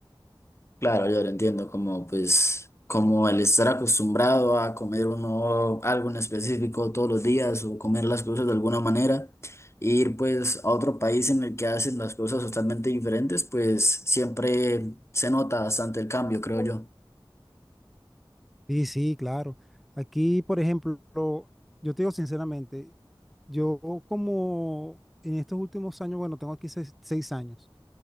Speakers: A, on the left (about 30°); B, in the centre.
A: Claro, yo lo entiendo, como pues, como el estar acostumbrado a comer uno algo en específico todos los días o comer las cosas de alguna manera, e ir pues a otro país en el que hacen las cosas totalmente diferentes, pues siempre se nota bastante el cambio, creo yo.
B: Sí, sí, claro. Aquí, por ejemplo, yo te digo sinceramente, yo como en estos últimos años, bueno, tengo aquí seis, seis años,